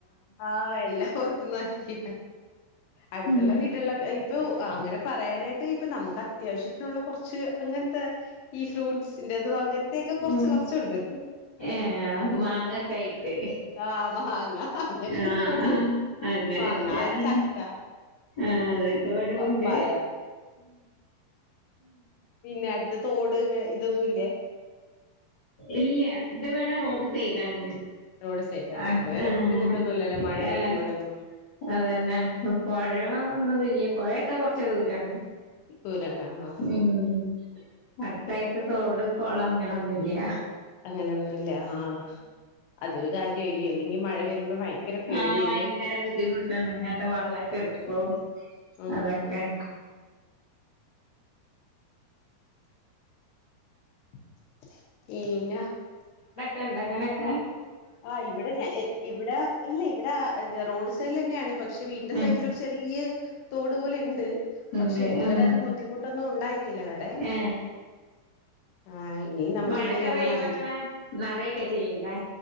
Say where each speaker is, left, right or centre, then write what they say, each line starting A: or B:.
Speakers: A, on the left; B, on the left.
A: ആഹ് എല്ലാം പൊറത്ത്ന്നാക്കിയ, അട്ത്ത്ള്ള
B: ഉം
A: വീടേളൊ പ്പു അങ്ങനെ പറയാനായിട്ട് ഇപ്പൊ നമ്മക്ക് അത്യാവശ്യത്തിനുള്ള കുറച്ച് അങ്ങൻ ത്തെ. ഈ ഫ്രൂട്ട്സിന്റെതും അങ്ങനത്തെയൊക്കെ കൊറച്ച്
B: ഉം
A: കൊറച്ച്ണ്ട്.
B: ഏഹ് മാങ്ങക്കെയ് തെ
A: ആഹ് മാങ്ങ അങ്ങനത്തെയൊക്കെ
B: ആഹ്
A: ഉണ്ട്
B: അങ്ങനൊക്കെണ്
A: മാങ്ങ ചക്ക
B: ആഹ് അതൊക്കെ ഇവ്ടൂണ്ട്.
A: പപ്പായ പിന്നെ അടുത്ത് തോട്, വെ ഇതൊന്നും ഇല്ലേ.
B: ഇല്ല്യ, ഇത് ഇവടെ റോഡ് സൈഡാണ്.
A: റോഡ് സൈഡാണ്
B: <unintelligible>
A: അപ്പൊ വേറെ ബുദ്ധിമുട്ടൊന്നുല്ലല്ലോ മഴ
B: ഏഹ്
A: വരുമ്പോഴൊന്നും
B: <unintelligible> അതന്നെ പൊഴ ഒന്നുല്ല്യ, പൊഴയൊക്കെ കൊറച്ച് ദൂരാണ്.
A: ദൂരാണ് ആ ആ
B: ഉം, അടുത്തായിട്ട് തോട് കൊളം അങ്ങനൊന്നുല്ല്യ.
A: അങ്ങനൊന്നുല്ല ആ അതൊരു കാര്യായി അല്ലെങ്കി മഴ വരുമ്പോ ഭയങ്കര പേടിയല്ലേ
B: ആഹ് ഭയങ്കര ബുദ്ധിമുട്ടാണ് ഇങ്ങക്ക് വെള്ളക്കെ എടു ഓഹ്
A: ആ
B: അതെക്കെ.
A: ആ <unintelligible>
B: കണ്ട് അങ്ങനെക്ക
A: ആഹ് ഇവിടെ ഞ ഇ ഇവിട ഇല്ല ഇവിട റോഡ് സൈഡില് തന്നെയാണ് പക്ഷെ വീടിന്റെ
B: ഉം
A: സൈഡില് ഒരു ചെറിയ തോടു പോലെ ഇണ്ട്.
B: ഉണ്ട്
A: പക്ഷെ ഇതുവരെ
B: ഉം
A: അത് ബുദ്ധിമുട്ടൊന്നും ഉണ്ടായിട്ടില്ല വേറെ.
B: ഏ
A: ആ ഇനി നമുക്ക്
B: മഴേക്ക
A: എങ്ങനെയാണെന്ന്
B: പെയ്യുമ്പോ
A: അറിയില്ല
B: ഇങ്ങളെ നെറയേക്ക ചെയ്യൂലേ.